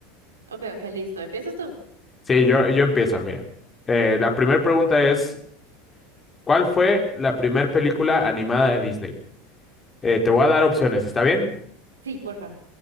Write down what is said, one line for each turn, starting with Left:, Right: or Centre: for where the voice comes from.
Right: Ok, ok, listo. ¿Empiezas tú?
Left: Sí, yo, yo empiezo, mira. Eh,
Right: Aquí.
Left: la primera pregunta es, ¿Cuál fue la primer película animada de Disney? Eh, te voy a dar opciones, ¿está bien?
Right: Sí, porfa.